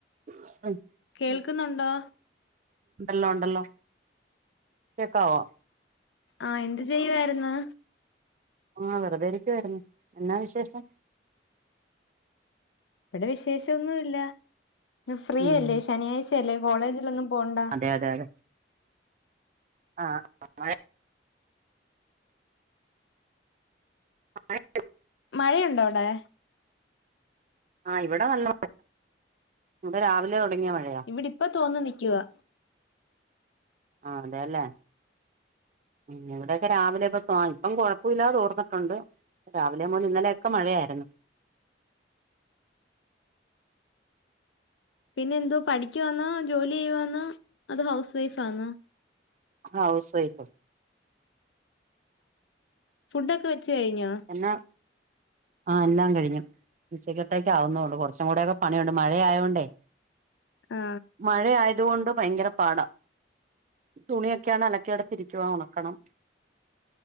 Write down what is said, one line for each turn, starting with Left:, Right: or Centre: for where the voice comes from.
Right: <unintelligible>
Left: കേൾക്കുന്നുണ്ടോ
Right: ല്ലോ ണ്ടല്ലോ കേക്കാവാേ
Left: ആ എന്ത് ചെയ്യുവായിര്ന്ന്
Right: ആ വെറുതെ ഇരിക്കുവായ്ര്ന്ന് എന്നാ വിശേഷം
Left: ഇവിടെ വിശേഷ ഒന്നു ല്ലാ ഫ്രീയല്ലേ
Right: ഉം
Left: ശനിയാഴ്ചയല്ലേ കോളേജിലൊന്നും പോണ്ട
Right: അതെ അതെ അതെ ആ മയ മയണ്ട്
Left: മഴയുണ്ടോ അവ്ടെ
Right: ആ ഇവിടെ നല്ല മഴ <unintelligible> രാവിലെ തുടങ്ങിയ മഴയാ
Left: ഇവിടിപ്പ തോർന്നു നി ക്ക്യുവാ
Right: ആ അതേല്ലേ ഉം ഇവിടെക്കെ രാവിലെപ്പ തോ ഇപ്പം കൊഴപ്പമില്ലാതെ തോർന്നിട്ടുണ്ട് രാവിലെ മുതൽ ഇന്നലെയെക്കെ മഴായ്ര്ന്നു
Left: പിന്നെ എന്തോ പഠിക്ക് വാന്നോ ജോലി ചെയ്യ് വാന്നോ അതോ ഹൗസ് വൈഫാന്നോ
Right: ഹൗസ് വൈഫാ
Left: ഫുഡൊക്കെ വെച്ച് കഴിഞ്ഞാ?
Right: എന്നാ ആ എല്ലാം കഴിഞ്ഞു ഉച്ചക്ക ത്തേക്ക് ആവുന്നുള്ളൂ കുറച്ചുകൂടെ ഒക്കെ പണിയുണ്ട്. മഴയായോണ്ടേ
Left: ആ
Right: മഴ ആയി അതുകൊണ്ട് ഭയങ്കര പാടാ തുണിയൊക്കെയാണ് അലക്കേടെത്ത് ഇരിക്കുവാണ്. കണം